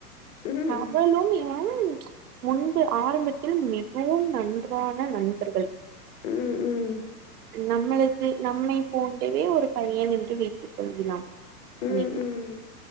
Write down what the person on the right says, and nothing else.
அவளும் இவனு க்கும் முன்பு ஆரம்பத்தில் மிகவும் நன்றான நண்பர்கள்
நம்மளுக்கு நம்மை போன்றவே ஒரு பையன் என்று வைத்து கொள்கிளாம்
நீ